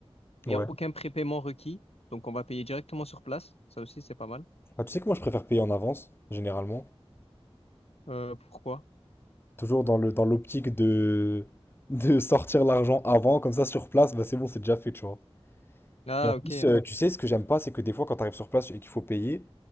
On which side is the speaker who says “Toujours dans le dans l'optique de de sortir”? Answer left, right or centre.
Left